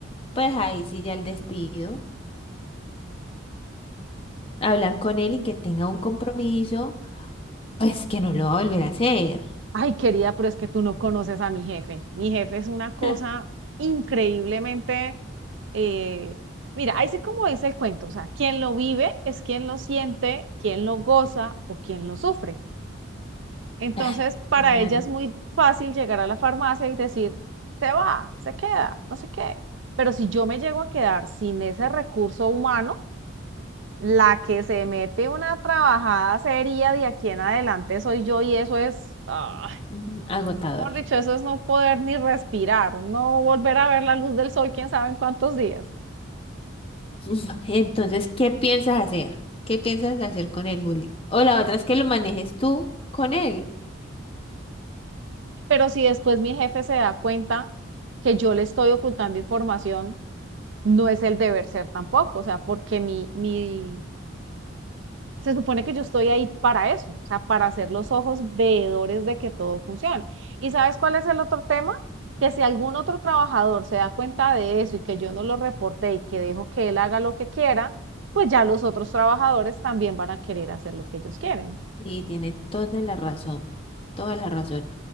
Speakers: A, on the left; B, on the right.
A: pues ahí sí ya el despido, hablar con él
B: pues.
A: y que tenga un compromiso, pues que no lo va a volver a hacer.
B: Ay, querida, pero es que tú no conoces a mi jefe. Mi jefe es una cosa
A: <laughs>
B: increíblemente... eh, mira, ahí sí como dice el cuento, o sea, quien lo vive es quien lo siente, quien lo goza o quien lo sufre. Entonces,
A: Ay,
B: para
A: claro,
B: ella es muy fácil llegar a la farmacia y decir, se va, se queda, no sé qué. Pero si yo me llego a quedar sin ese recurso humano, la que se mete una trabajada seria de aquí en adelante soy yo y eso es... ah,
A: mm, agotador.
B: Mejor dicho,
A: <laughs>
B: eso es no poder ni respirar, no volver a ver la luz del sol, quién sabe en cuántos días.
A: Mm, Entonces, ¿qué piensas hacer? ¿Qué piensas hacer con él, Juli? O la otra es que lo manejes tú con él.
B: Pero si después mi jefe se da cuenta que yo le estoy ocultando información, no es el deber ser tampoco, o sea, porque mi, mi Se supone que yo estoy ahí para eso, o sea, para hacer los ojos veedores de que todo funcione. ¿Y sabes cuál es el otro tema? Que si algún otro trabajador se da cuenta de eso y que yo no lo reporté y que dejo que él haga lo que quiera, pues ya los otros trabajadores también van a querer hacer lo que ellos quieren.
A: Y tiene toda la razón, toda la razón.